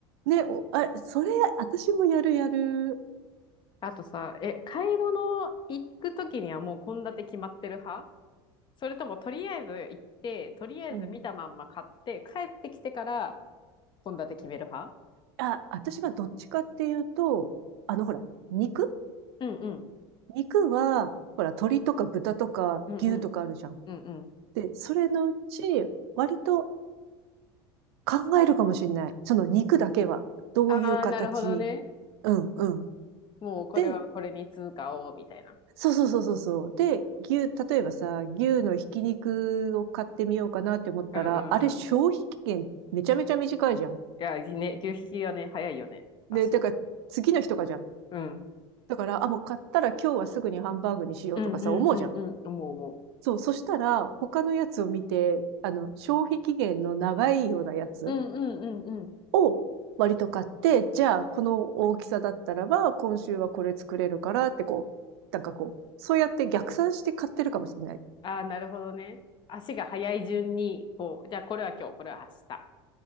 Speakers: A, on the right; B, on the left.
A: ね、お、あ、それ、私もやるやる。
B: あとさ、え、買い物行くときにはもう献立決まってる派それともとりあえず行って、とりあえず見たまんま買って、
A: うん。
B: 帰ってきてから献立決める派
A: あ、私はどっちかっていうと、あの、ほら、肉
B: うんうん。
A: 肉は、ほら、鶏とか豚とか牛とかあるじゃん。
B: うんうん。うんうん。
A: で、それのうち、割と考えるかもしれない。その肉だけは、どういう形に。
B: ああ、なるほどね。
A: うん、うん。
B: もうこれはこれに通貨を、
A: で、
B: みたいな。
A: そうそうそうそうそう。で、牛、例えばさ、牛のひき肉を買ってみようかなって思ったら、
B: うんうんうん。
A: あれ消費期限めちゃめちゃ短いじゃん。
B: いや、ね、牛引きはね、早いよね、足。
A: ね、だから次の日とかじゃん。
B: うん。
A: だから、あ、もう買ったら今日はすぐにハンバーグにしようとかさ、
B: うんうんうんうん、
A: 思うじゃん。
B: もうも
A: そう、そしたら他のやつを見て、あの、消費期限の長いようなやつ
B: う。うんうんうんうん。
A: を割と買って、じゃあこの大きさだったらば、今週はこれ作れるからってこう、なんかこう、そうやって逆算して買ってるかもしれない。
B: ああ、なるほどね。足が速い順に、こう、じゃあこれは今日、これは明日。